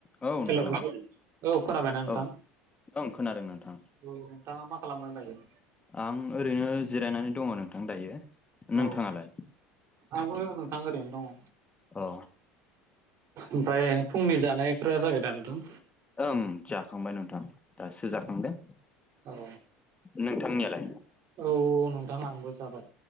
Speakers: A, on the left; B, on the right.
A: औ नोंथां
B: हेल' <unintelligible> औ खोनाबायना नोंथां
A: औ ओं खोनादों नोंथां
B: औ नोंथाङा मा खालाम दों दायो।
A: आं ओरैनो जिरायनानै दङ नोंथां दायो।
B: औ
A: नोंथाङालाय
B: आंबो नोंथां ओरैनो दङ'।
A: औ
B: ओमफ्राय फुंनि जानायफोरा जाबाय दा नोंथां
A: ओं जाखांबाय नोंथां दासो जाखांदो
B: औ
A: नोंथांनियालाय
B: औ नोंथां आंबो जाबाय